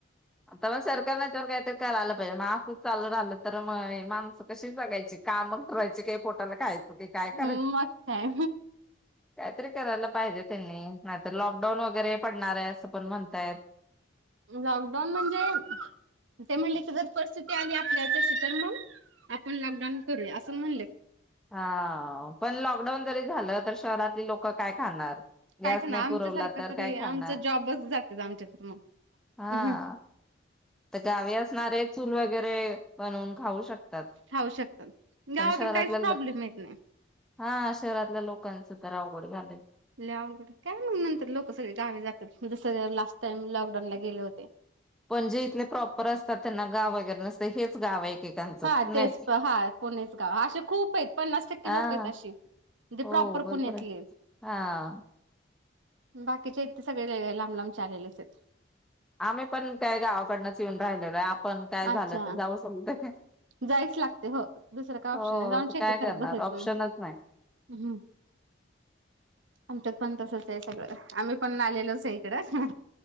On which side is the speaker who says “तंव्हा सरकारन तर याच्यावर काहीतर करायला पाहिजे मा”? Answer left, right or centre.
Centre